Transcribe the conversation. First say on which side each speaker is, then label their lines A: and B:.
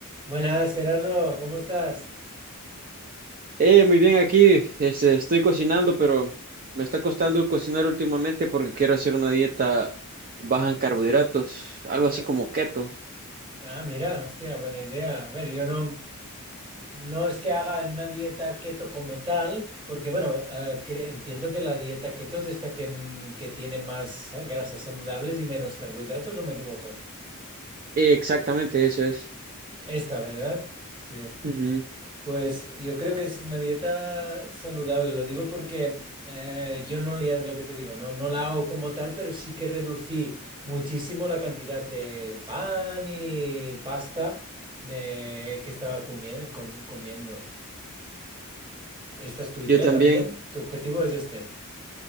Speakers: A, on the right; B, on the right.
A: Buenas, Gerardo, ¿cómo estás?
B: Eh, muy bien, aquí este, estoy cocinando, pero me está costando cocinar últimamente porque quiero hacer una dieta baja en carbohidratos, algo
A: Estás.
B: así como keto.
A: Ah, mira, hostia, buena idea. A ver, yo no, no es que haga una dieta keto como tal, porque bueno, eh, cre- entiendo que la dieta keto es esta que, n- que tiene más grasas saludables y menos carbohidratos, ¿o me equivoco?
B: Eh, exactamente, eso es.
A: Esta, ¿verdad? Sí.
B: Ujú.
A: Pues yo creo que es una dieta saludable, lo digo porque eh, yo no leía de lo que te digo, no, no la hago como tal, pero sí que reducí muchísimo la cantidad de pan y pasta de, que estaba comie- com- comiendo. ¿Esta es tu idea
B: Yo también.
A: también? ¿Tu objetivo es este?